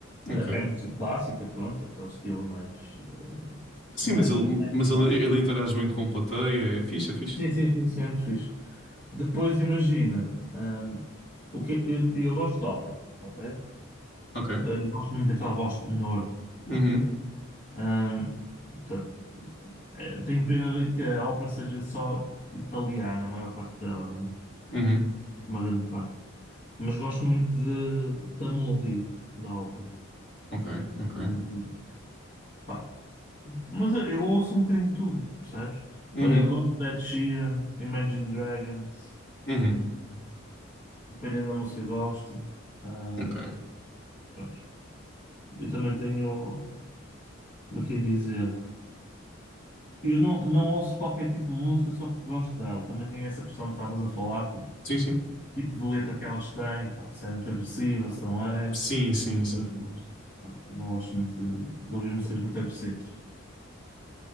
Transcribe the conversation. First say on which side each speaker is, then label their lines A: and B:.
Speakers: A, on the left; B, on the left.
A: ok.
B: Ah, é música clássica, pronto, aquele estilo mais,
A: Sim,
B: mais,
A: mas ele,
B: mais
A: mas ele,
B: clássico.
A: ele interage muito com a plateia. É fixe, é fixe.
B: Sim, sim, sim, sim, é muito fixe. Depois imagina, ahm, o que, eu, eu gosto de ópera, ok?
A: Ok.
B: Ah, eu gosto muito daquela voz de tenor.
A: Uhum,
B: Pronto. Ahm, portanto, eh, tenho pena de que a ópera seja só italiana, a maior parte dela, não é?
A: uhum,
B: Uma grande parte. Mas gosto muito de, da melodia da ópera.
A: ok, ok.
B: Hum, pá. Mas eu, eu ouço um bocadinho de tudo, percebes?
A: Uhum,
B: Olha, eu gosto de Ed Sheeran, Imagine Dragons,
A: uhum,
B: dependendo da música gosto. Hum,
A: ok.
B: pronto. Eu também tenho, como é que é dizer? Eu não, não ouço qualquer tipo de música só porque gosto dela. Também tem essa questão que estavas a falar, do
A: Sim, sim.
B: tipo de letra que elas têm, pá, se é muito agressiva, se não é.
A: Sim, sim, sim.
B: Eu não gosto. Pronto, eu não gosto muito de, de ouvir músicas muito agressivas.